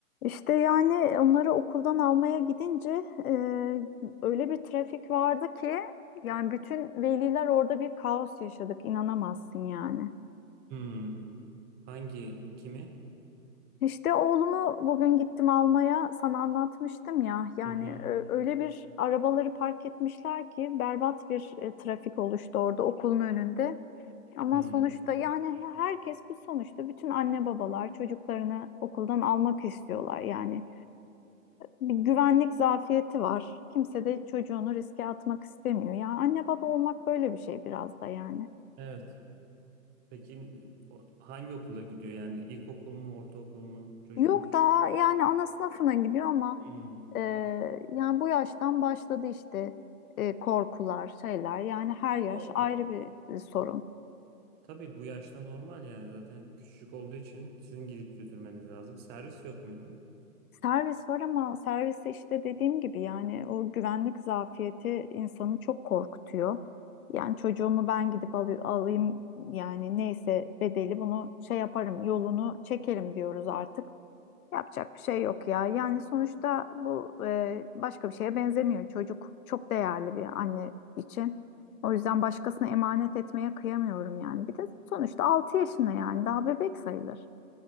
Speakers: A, on the left; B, on the right.
A: İşte yani onları okuldan almaya gidince e, öyle bir trafik vardı ki yani bütün veliler orada bir kaos yaşadık inanamazsın yani.
B: Hmm, hangi kimi?
A: İşte oğlumu bugün gittim almaya sana anlatmıştım ya yani
B: Hı hı.
A: ö- öyle bir arabaları park etmişler ki berbat bir e, trafik oluştu orada okulun önünde. Ama
B: Hmm,
A: sonuçta yani herkes bir sonuçta bütün anne babalar çocuklarını okuldan almak istiyorlar yani. bir güvenlik zafiyeti var. Kimse de çocuğunu riske atmak istemiyor. Ya anne baba olmak böyle bir şey biraz da yani.
B: evet. Peki o- hangi okula gidiyor? Yani ilkokul mu, ortaokul mu çocuğunuz?
A: Yok daha yani ana sınıfına gidiyor ama
B: Hmm,
A: e, yani bu yaştan başladı işte e, korkular, şeyler. Yani her yaş
B: normal.
A: ayrı bir e, sorun.
B: Tabii bu yaşta normal yani zaten küçük olduğu için sizin gidip götürmeniz lazım. Servis yok muydu?
A: Servis var ama serviste işte dediğim gibi yani o güvenlik zafiyeti insanı çok korkutuyor. Yani çocuğumu ben gidip alı- alayım yani neyse bedeli bunu şey yaparım yolunu çekerim diyoruz artık. Yapacak bir şey yok ya. Yani sonuçta bu e, başka bir şeye benzemiyor. Çocuk çok değerli bir anne için. O yüzden başkasına emanet etmeye kıyamıyorum yani. Bir de sonuçta 6 yaşında yani daha bebek sayılır.